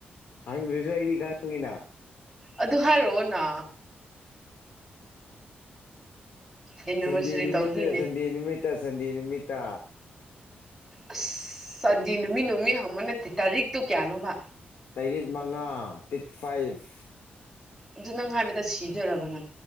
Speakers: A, on the left; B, in the centre.
A: ꯍꯪꯗ꯭ꯔꯁꯨ ꯑꯩꯗꯤ ꯈꯪꯉꯤꯅ
B: ꯑꯗꯨ ꯍꯥꯏꯔꯛꯑꯣꯅ ꯑꯦꯅꯤꯚꯔꯁꯔꯤ
A: ꯁꯟꯗꯦ ꯅꯨꯃꯤꯠꯇ
B: ꯇꯧꯗꯣꯏꯅꯦ
A: ꯁꯟꯗꯦ ꯅꯨꯃꯤꯠ ꯇ ꯁꯟꯗꯦ ꯅꯨꯃꯤꯠꯇ
B: ꯑꯁ ꯁꯟꯗꯦ ꯅꯨꯃꯤꯠ ꯅꯨꯃꯤꯠ ꯍꯪꯕ ꯅꯠꯇꯦ ꯇꯥꯔꯤꯛꯇꯣ ꯀꯌꯥꯅꯣꯕ
A: ꯇꯔꯤꯛ ꯃꯉꯥ ꯗꯦꯠ ꯐꯥꯏꯚ
B: ꯑꯗꯨ ꯅꯪ ꯍꯥꯏꯕꯗ ꯁꯤꯗꯣꯏꯔꯕ ꯅꯪ